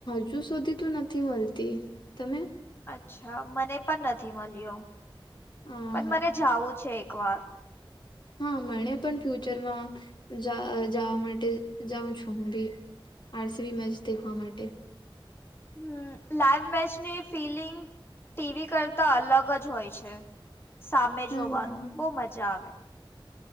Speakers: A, on the left (about 60°); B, on the left (about 25°).
A: હજુ સુધી તો નથી મળતી તમે.
B: અચ્છા મને પણ નથી મળ્યો
A: અમ,
B: પણ મને જવું છે એક વાર.
A: હા મને પણ ફ્યુચરમાં જવા માટે જાઉં છું હું ભી. આરસીબી મેચ દેખવા માટે.
B: હમ લાઈવ મેચની ફિલિંગ. ટીવી કરતા અલગ જ હોય છે સામે
A: હા
B: જોવાનું બહુ મજા આવે.